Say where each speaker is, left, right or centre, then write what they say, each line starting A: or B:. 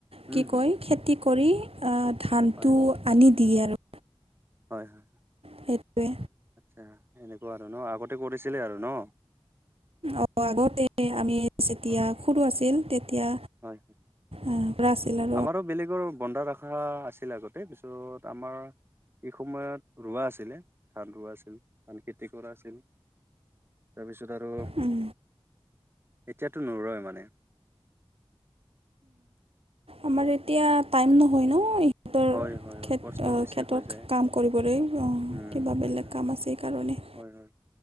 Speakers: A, on the right (about 25°); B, on the right (about 75°).
A: উম
B: কি
A: হম
B: কয়, খেতি কৰি ধানটো
A: হয় হয়
B: আনি দিয়ে আৰু।
A: হয়, হয়।
B: সেইটোৱে।
A: আচ্ছা, এনেকুৱা আৰু ন আগতে কৰিছিলে আৰু ন?
B: অ' আগতে আমি যেতিয়া
A: হয়
B: সৰু আছিল তেতিয়া
A: হয়।
B: উম। কৰা চিলা
A: আমাৰো বেলেগৰ বন্ধা ৰখা আছিল, আগতে পিছত আমাৰ এই সময়ত ৰোৱা আছিলে, ধান ৰোৱা আছিল, ধান খেতি কৰা আছিল। তাৰপিছত আৰু
B: উম।
A: এতিয়াতো নুৰয় মানে।
B: আমাৰ এতিয়া টাইম নহয় ন, সহঁতৰ
A: হয় হয় হয়
B: খেত
A: কষ্ট বেছি
B: কেতত
A: হৈ যায়
B: কাম কৰিবলৈ, অ'কিবা
A: উম হয়
B: বেলেগ
A: হয়
B: কাম আছে কাৰণে।
A: হয় হয়।